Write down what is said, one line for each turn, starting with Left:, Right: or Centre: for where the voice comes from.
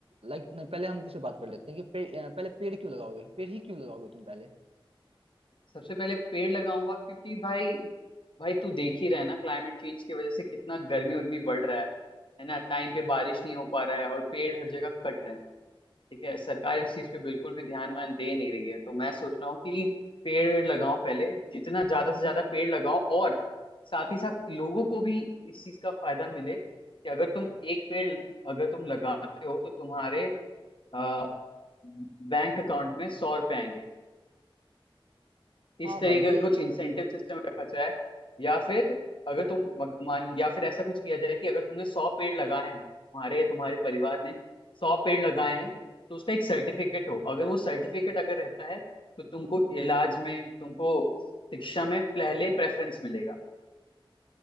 Right: लाइक नहीं पहले हम किसी बात कर लेते हैं कि पे, अ, पहले पेड़ क्यों लगाओगे पेड़ ही क्यों लगाओगे तुम पहले
Left: सबसे पहले पेड़ लगाऊंगा क्योंकि भाई भाई तू देख ही रहा है ना क्लाइमेट चेंज की वजह से कितना गर्मी उर्मी बढ़ रहा है है ना टाइम पे बारिश नहीं हो पा रहा है और पेड़ हर जगह कट रहे हैं ठीक है सरकार इस चीज पे बिल्कुल भी ध्यान वान दे नहीं रही है तो मैं सोच रहा हूँ कि पेड़ वेड़ लगाओ पहले जितना ज्यादा से ज्यादा पेड़ लगाओ और साथ ही साथ लोगों को भी इस चीज का फायदा मिले कि अगर तुम एक पेड़ अगर तुम लगाते हो तो तुम्हारे अ, बैंक अकाउंट में सौ रुपए आएंगे इस
Right: हाँ
Left: तरीके
Right: भाई ये
Left: का कुछ इंसेंटिव सिस्टम रखा जाए या फिर अगर तुम मग- मान या फिर ऐसा कुछ किया जाए कि अगर तुमने सौ पेड़ लगाए हैं तुम्हारे या तुम्हारे परिवार ने सौ पेड़ लगाए हैं तो उसका एक सर्टिफिकेट हो अगर वो सर्टिफिकेट अगर रहता है तो तुमको इलाज में तुमको शिक्षा में पहले प्रेफरेंस मिलेगा